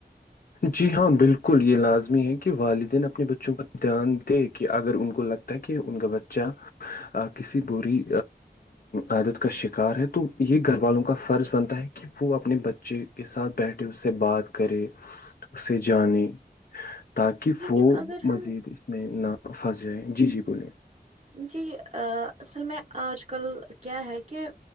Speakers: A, on the left; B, on the right.
A: جی ہاں بالکل یہ لازمی ہے کہ والدین اپنے بچوں پر دھیان دے کہ اگر ان کو لگتا تاکہ ان کا بچہ کسی بری عادت کا شکار ہے تو یہ گھر والوں کا فرض بنتا ہے کہ کہ وہ اپنے بچے کے ساتھ بیٹھے اس سے بات کرے اسے جانیں تاکہ
B: لیکن
A: وہ
B: اگر ہم
A: مزید اس میں نہ پھنس جائیں جی جی بولیے
B: جی اصل میں آج کل کیا ہے کہ